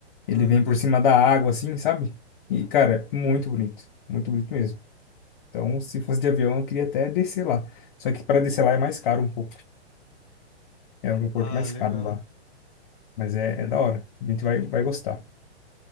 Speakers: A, on the left (about 45°); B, on the left (about 20°).
A: ele
B: Ah,
A: vem
B: tá.
A: por cima da água, assim, sabe? E, cara, muito bonito, muito bonito mesmo. Então, se fosse de avião, eu queria até descer lá. Só que para descer lá é mais caro um pouco. É um aeroporto
B: Ah,
A: mais
B: legal.
A: caro lá. Mas é, é da hora. A gente vai, vai gostar.